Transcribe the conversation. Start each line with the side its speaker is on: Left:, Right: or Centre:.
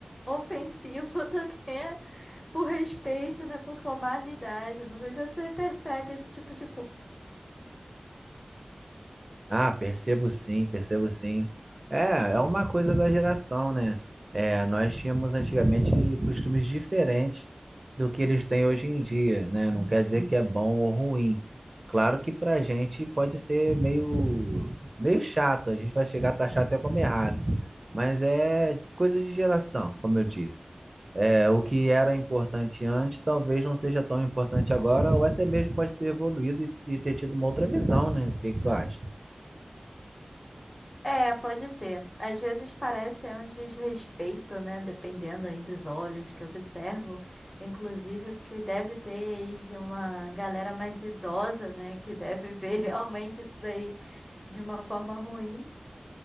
Left: ofensivo <laughs> do que por respeito, né? Por formalidade. Não sei se você percebe esse tipo de coisa.
Right: Ah, percebo sim, percebo sim. É, é uma coisa da geração, né? É, nós tínhamos antigamente costumes diferentes do que eles têm hoje em dia, né? Não quer dizer que é bom ou ruim. Claro que pra gente pode ser meio, meio chato, a gente vai chegar a taxar até como errado, mas é coisa de geração, como eu disse. É, o que era importante antes talvez não seja tão importante agora, ou até mesmo pode ter evoluído e, e ter tido uma outra visão, né? O que que tu acha?
Left: É, pode ser. Às vezes parece é um desrespeito, né? Dependendo aí dos olhos que observam. Inclusive, o que deve ter aí de uma galera mais idosa, né? Que deve ver <laughs> realmente isso daí de uma forma ruim.